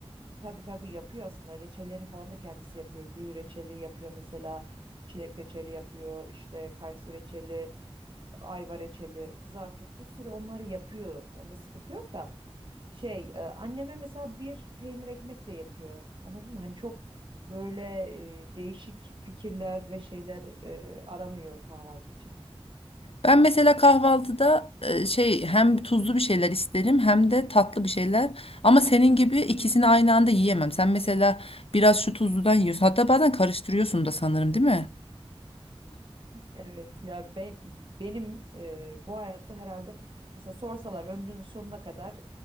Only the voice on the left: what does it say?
Ben mesela kahvaltıda e, şey hem tuzlu bir şeyler isterim hem de tatlı bir şeyler. Ama senin gibi ikisini aynı anda yiyemem. Sen mesela biraz şu tuzludan yiyorsun. Hatta bazen karıştırıyorsun da sanırım, değil mi?